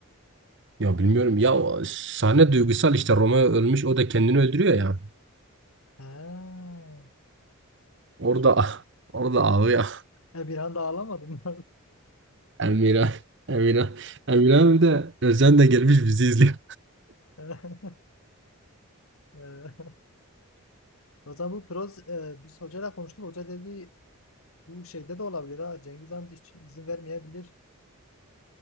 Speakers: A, on the right; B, on the left.
A: Ya
B: Yani
A: bilmiyorum ya o sahne duygusal işte Romeo ölmüş o da kendini öldürüyor ya.
B: ha,
A: Orada
B: çok-
A: orada ağlıyor.
B: e, bir anda ağlamadım.
A: <laughs> Emira Emira Emira abi de Özden de gelmiş bizi izliyor.
B: <laughs> E, o zaman bu proz e, biz hocayla konuştuk. Hoca dedi bu şeyde de olabilir ha. Cengiz amca hiç izin vermeyebilir.